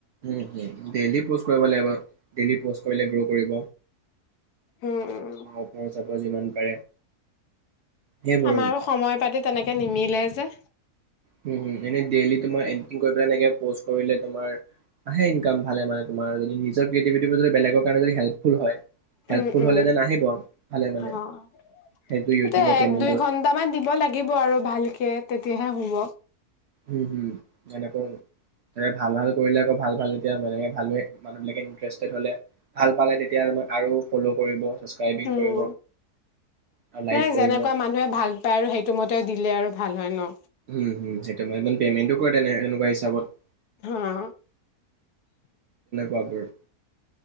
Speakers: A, on the right; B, on the left.
A: উম, হম। ডেইলি প'ষ্ট কৰিব লাগিব। ডেইলি প'ষ্ট কৰিলে, গ্ৰ' কৰিব।
B: উম উম
A: <unintelligible> যাব যিমান পাৰে। সেইবোৰ
B: আমাৰো সময় পাতি তেনেকে নিমিলে যে
A: হম, হম। এনে ডেইলি তোমাৰ এডিটিং কৰি পেলাই, এনেকে প'ষ্ট কৰিলে, তোমাৰ আহে ইনকাম ভালে, মানে তোমাৰ যদি নিজৰ ক্ৰিয়েটিভিটিটো যদি বেলেগক কাৰণে যদি হেল্পফুল হয় হেল্পফুল
B: উম, উম।
A: হ'লে যেন আহিব ভালে মানে
B: অ',
A: সেইটো ইউটিউবে
B: ইয়াতে
A: পে'মেণ্টটোৰ
B: এক-দুই ঘণ্টামান দিব লাগিব, আৰু ভালকে তেত তিয়াহে হ'ব।
A: উম, উম। এনেকৈ ভাল-ভাল কৰিলে, আকৌ ভাল-ভাল। যেতিয়া এনেকে ভালকৈ মানুহবিলাকে ইণ্টাৰেষ্টেড হ'লে, ভাল পালে, তেতিয়া তোমাক আৰু ফ'ল' কৰিব ছাবস্ক্ৰাইবিং
B: উম,
A: কৰিব আৰু লাইক
B: মানে,
A: কৰিব
B: যেনেকুৱা মানুহে ভাল পায়, আৰু সেইটো মতে দিলে, আৰু ভাল হয় ন।
A: উম, উম <unintelligible> পেমেণ্টো কৰে তেনে এনেকুৱা হিচাপত।
B: হা,
A: বাবৰ।